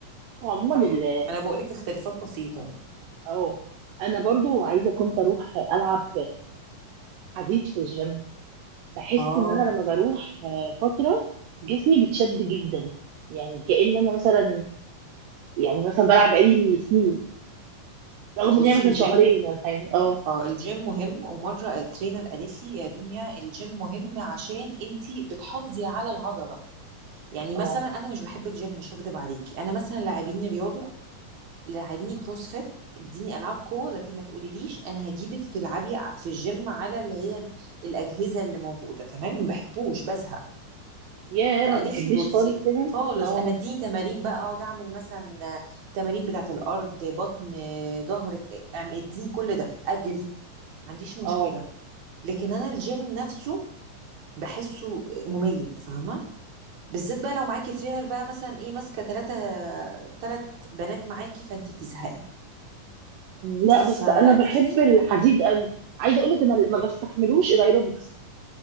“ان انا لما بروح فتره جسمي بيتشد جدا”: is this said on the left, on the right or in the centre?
Right